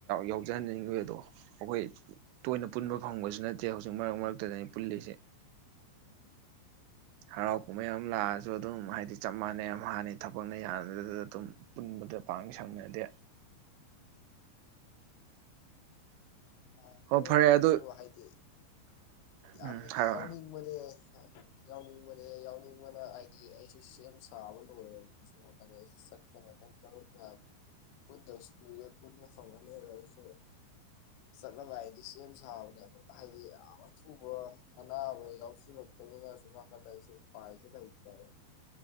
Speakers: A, on the right; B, on the left.
A: ꯌꯥꯎꯖꯍꯟꯅꯤꯡꯕꯒꯩꯗꯣꯗ ꯑꯗꯣ ꯑꯩꯈꯣꯏ ꯇꯣꯏꯅ ꯄꯨꯟꯕ ꯐꯪꯕꯁꯨ ꯅꯠꯇꯦ ꯍꯧꯖꯤꯛ ꯃꯔꯛ ꯃꯔꯛꯇꯗꯅꯤ ꯄꯨꯜꯂꯤꯁꯦ꯫ ꯍꯔꯥꯎ ꯀꯨꯝꯍꯩ ꯑꯃ ꯂꯥꯛꯑꯁꯨ ꯑꯗꯨꯝ ꯍꯥꯏꯗꯤ ꯆꯞ ꯃꯥꯟꯅꯩ ꯌꯥꯝ ꯍꯥꯟꯅꯩ ꯊꯕꯛꯅ ꯌꯥꯗ ꯑꯗꯨꯝ ꯄꯨꯟꯕꯗ ꯄꯥꯡ ꯁꯪꯅꯗꯦ꯫
B: ꯑ
A: ꯍꯣꯏ ꯐꯔꯦ
B: ꯑꯩꯁꯨ
A: ꯑꯗꯨ
B: ꯍꯥꯏꯗꯤ ꯌꯥꯝꯅꯗꯤ
A: ꯎꯝ ꯍꯥꯏꯔꯣ
B: ꯌꯥꯎꯅꯤꯡꯕꯅꯦ ꯌꯥꯎꯅꯤꯡꯕꯅꯦ ꯌꯥꯎꯅꯤꯡꯕꯅ ꯍꯥꯏꯗꯤ ꯑꯩꯁꯨ ꯁꯦꯝ ꯁꯥꯕ ꯂꯣꯏꯔꯕꯁꯨ ꯆꯠꯄ ꯃ ꯃꯌꯥꯝ ꯄꯨꯟꯗꯕꯁꯨ ꯀꯨꯏꯔꯦ ꯄꯨꯟꯕ ꯐꯪꯒꯅꯤꯔꯁꯨ ꯆꯠꯂꯝꯉꯥꯏꯗꯤ ꯁꯦꯝ ꯁꯥꯕꯅꯦ ꯑ ꯍꯥꯏꯗꯤ ꯌꯥꯝ ꯑꯊꯨꯕ ꯑꯅꯥꯕ ꯌꯥꯎꯁꯤꯜꯂꯛꯄꯅꯤꯅꯁꯨ ꯅꯥꯀꯟꯗ ꯑꯩꯁꯨ ꯄꯥꯏꯁꯨ ꯂꯩꯇ꯭ꯔꯕ꯫